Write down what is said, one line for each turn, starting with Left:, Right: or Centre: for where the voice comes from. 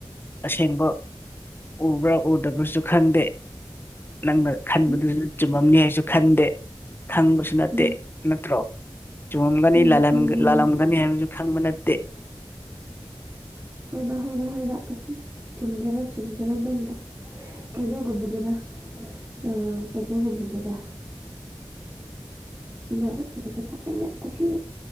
Left: ꯑꯁꯦꯡꯕ ꯎꯕ꯭ꯔꯥ ꯎꯗꯕ꯭ꯔꯥꯁꯨ ꯈꯪꯗꯦ ꯅꯪꯅ ꯈꯟꯕꯗꯨꯁꯨ
Right: ꯎꯝ
Left: ꯆꯨꯝꯃꯝꯅꯤ ꯍꯥꯏꯁꯨ ꯈꯪꯗꯦ ꯈꯪꯕꯁꯨ ꯅꯠꯇꯦ
Right: ꯅꯪ
Left: ꯅꯠꯇ꯭ꯔꯣ ꯆꯨꯝꯃꯝꯒꯅꯤ
Right: ꯍꯣꯏꯅꯦ
Left: ꯂꯥꯂꯟ
Right: ꯈꯪꯗꯦ
Left: ꯂꯥꯜꯂꯝꯒꯅꯤ ꯍꯥꯏꯕꯁꯨ ꯈꯪꯕ ꯅꯠꯇꯦ
Right: ꯍꯣꯏꯕ ꯍꯣꯏꯕ ꯍꯣꯏꯕ ꯆꯨꯝꯖꯔꯣ ꯆꯨꯝꯖꯔꯣ ꯅꯪꯗ ꯀꯩꯅꯣꯒꯨꯝꯕꯅꯤꯗ ꯑꯥ ꯀꯩꯅꯣꯒꯨꯝꯕꯅꯤꯗ ꯑꯁ <unintelligible> ꯑꯩꯅ ꯑꯁꯤ